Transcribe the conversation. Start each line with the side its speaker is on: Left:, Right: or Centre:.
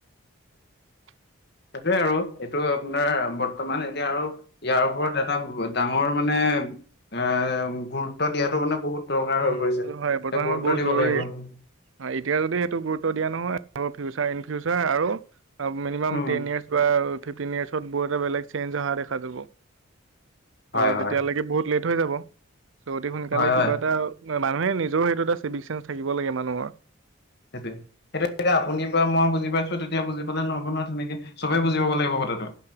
Right: <inaudible>
Left: সেইটোৱে আৰু এইটো আপোনাৰ বৰ্তমান এতিয়া আৰু ইয়াৰ ওপৰত এটা ডাঙৰ মানে এ গুৰুত্ব দিয়াতটো মানে বহুত, দৰকাৰ
Right: উম
Left: হৈ পৰিছে
Right: আৰু হয় বৰ্তমান
Left: এ গুৰুত্ব
Right: সময় বহুত
Left: দিব
Right: জৰুৰী
Left: লাগিব উম
Right: এতিয়া যদি সেইটো গ, ত দিয়া নহয় আৰু ফিওচাৰ ইনফিওচাৰ আৰু মিনিমাম
Left: উম
Right: তেন ইয়েচ বা ফিফটিন ইয়েচ, ত বহুত এটা বেলেগ চেঞ্জ অহা দেখা যাব ত
Left: হয় হয়
Right: তেতিয়ালৈকে বহুত লেট হৈ যাব। চ অতি সোনকালে
Left: হয়
Right: কিবা
Left: হয়
Right: এটা মানুহে নিজৰ সেইটো এটা চিভিক চেন্স থাকিব লাগে মানুহৰ,
Left: সেইটোয়ে ইটোয়া আপুনি পৰা মই বুজি পাইছো তেতিয়া বুজি পালে নহ'ব নহয় তেনেকে, চবে
Right: হয়
Left: বুজি পাব লাগিব কথাটো